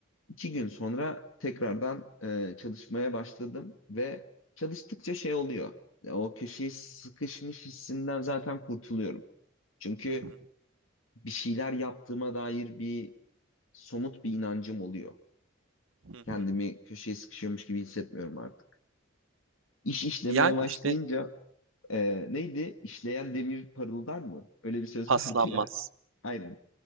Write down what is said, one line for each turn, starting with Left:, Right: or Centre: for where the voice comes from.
Left: İki gün sonra tekrardan e, çalışmaya başladım ve çalıştıkça şey oluyor. E, O köşeye sıkışmış hissinden zaten kurtuluyorum. Çünkü
Right: Hı hı.
Left: bir şeyler yaptığıma dair bir somut bir inancım oluyor.
Right: Hı
Left: Kendimi
Right: hı.
Left: köşeye sıkışıyormuş gibi hissetmiyorum artık. İş işlemeye
Right: Yani
Left: başlayınca
Right: işte
Left: Ee, neydi? İşleyen demir parıldar mı? Öyle bir söz
Right: paslanmaz.
Left: vardı ya. <laughs> Aynen.